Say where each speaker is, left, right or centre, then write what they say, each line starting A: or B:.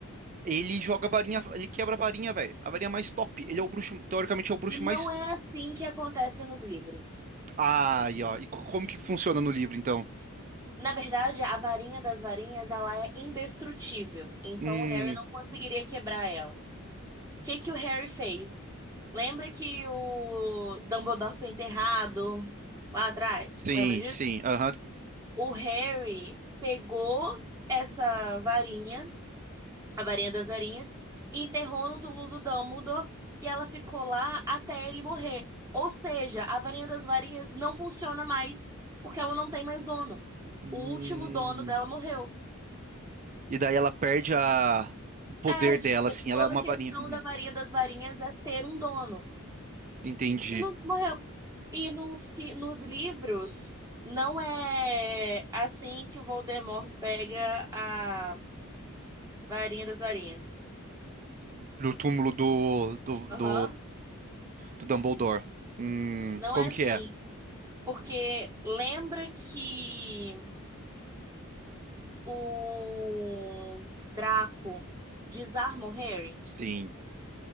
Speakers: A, on the right (about 35°); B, on the right (about 15°).
A: ele joga a varinha, ele quebra a varinha, velho. A varinha mais top. Ele é o bruxo, teoricamente é o bruxo
B: E não
A: mais.
B: é assim que acontece nos livros.
A: Ai, ó. E co- como que funciona no livro, então?
B: Na verdade, a varinha das varinhas, ela é indestrutível, então
A: Hum.
B: o Harry não conseguiria quebrar ela. O que que o Harry fez? Lembra que o Dumbledore foi enterrado lá atrás?
A: Sim,
B: Lembra disso?
A: sim, aham.
B: O Harry pegou essa varinha a varinha das varinhas, e enterrou no túmulo do Dumbledore, que ela ficou lá até ele morrer. Ou seja, a varinha das varinhas não funciona mais, porque ela não tem mais dono.
A: Hum.
B: O último dono dela morreu.
A: E daí ela perde a... o poder
B: Perde,
A: dela,
B: porque
A: assim,
B: toda
A: ela é uma
B: a questão
A: varinha. Uhum,
B: da varinha das varinhas é ter um dono.
A: Entendi.
B: E não morreu. E no fi- nos livros, não é assim que o Voldemort pega a varinha das varinhas.
A: Do túmulo do, do,
B: Aham.
A: do, do Dumbledore. Hum,
B: Não
A: como
B: é assim.
A: que é?
B: Porque lembra que o Draco desarma o Harry?
A: Sim,